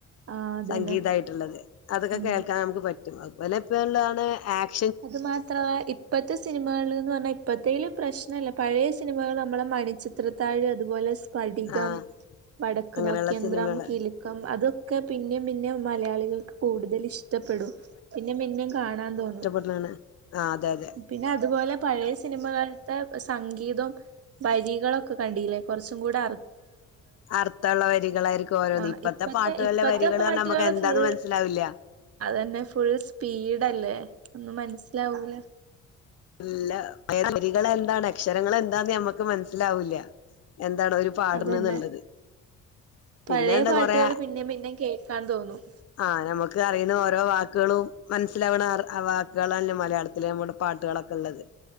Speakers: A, on the right; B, on the left.
A: ആഹ് അതന്നെ
B: സംഗീതായ്ട്ട്ള്ളത് അതൊക്കെകേൾക്കാൻ
A: ഉം
B: അമുക്ക്പറ്റും അത്‌പോലെഇപ്പോള്ളതാണ് ആക്ക്
A: അത് മാത്രവേ ഇപ് ഇപ്പോത്തെ സിനിമാള്ന്ന് പറ്ഞ്ഞാ ഇപ്പോത്തേല് പ്രശ്നല്ല പഴേസിനിമകള്മ്മളെ മണിച്ചിത്രത്താഴ്അത്പോലെ പടികം,
B: ആഹ്
A: വടക്ക്നോക്കിയന്ത്രം,
B: അങ്ങനെയുള്ള സിനിമകള്
A: കിലക്കം അതൊക്കെപിന്നെംപിന്നെം മലയാളികൾക്ക് കൂടുതല് ഇഷ്ടപ്പെടും പിന്നിംപിന്നിം കാണാൻതോന്നും
B: ണ് ണ് ആഹ് അതെഅതെ
A: പിന്നെ അത്പോലെ പഴേസിനിമകൾ സംഗീതം വരികളൊക്കെകണ്ടീലേ കൊറ്ച്ചുംകൂടെഅർ
B: അർത്ഥള്ളവരികളായ്രിക്കു ഓരോന്ന്
A: ആഹ്
B: ഇപ്പത്തെ പാട്ട്കൾലെ
A: ഇപ്പത്തെ
B: വരികള്
A: പാട്ടുകള്
B: പറ്ഞ്ഞ നമ്മക്കെന്താന്ന്മൻ
A: ഫുൾ
B: സ്സിലാവില്ല
A: അതന്നെ ഫുൾസ്പീഡല്ലേ ഒന്നുംമൻസ്സിലാവൂല
B: ല്ല <unintelligible> എന്താണ് അക്ഷരങ്ങളെന്താന്ന്ഞമ്മക്ക് മൻസ്സിലാവൂല്ല എന്താണ്ഒരു പാട്ണ്ന്ന്ള്ളത്
A: അതന്നെ
B: പിന്നെണ്ട്കൊറെ
A: പഴയ പാട്ടുകൾ പിന്നേം പിന്നേം കേക്കാൻ തോന്നും
B: ആഹ് ഞമ്മക്ക് അറിയ്ണ ഓരോ വാക്ക്ക്ളും മൻസ്സിലാവ്ണ ആർ വാക്കുകളല്ല മലയാളത്തില് നമ്മുടെ പാട്ട്കളൊ ക്കള്ളത്